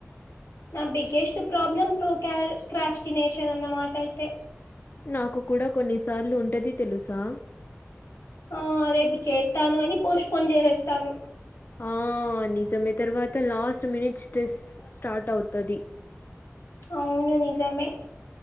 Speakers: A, on the left; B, on the left.
A: నా బిగ్గెస్ట్ ప్రాబ్లెమ్ ప్రో క క్రాస్టిినేషన్ అన్న మాట అయితే
B: నాకు కూడా కొన్నిసార్లు ఉంటది తెలుసా
A: ఆ రేపు చేస్తాను అని పోస్ట్పోష్ చేసేస్తాను
B: ఆ నిజమే తర్వాత లాస్ట్ మినిట్ స్ట్రెస్ స్టార్ట్ అవుత అది
A: అవును నిజమే